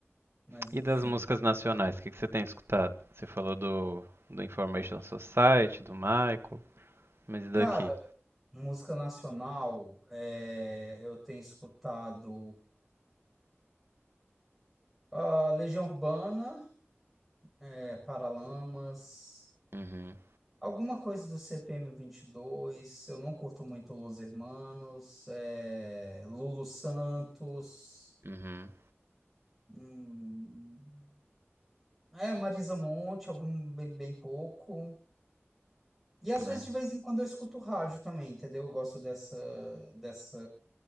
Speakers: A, in the centre; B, on the right (about 60°).
A: mas
B: E
A: enfim.
B: das músicas nacionais, o que que você tem escutado? Você falou do, do Information Society, do Michael, mas e daqui?
A: Cara, música nacional, é, eu tenho escutado ah, Legião Urbana, é, Paralamas,
B: Uhum,
A: alguma coisa do CPM 22. Eu não curto muito Los Hermanos, é, Lulu Santos,
B: uhum,
A: hum, é Marisa Monte, algum bem, bem pouco. E às vezes,
B: é.
A: de vez em quando, eu escuto rádio também, entendeu? Eu gosto dessa, dessa,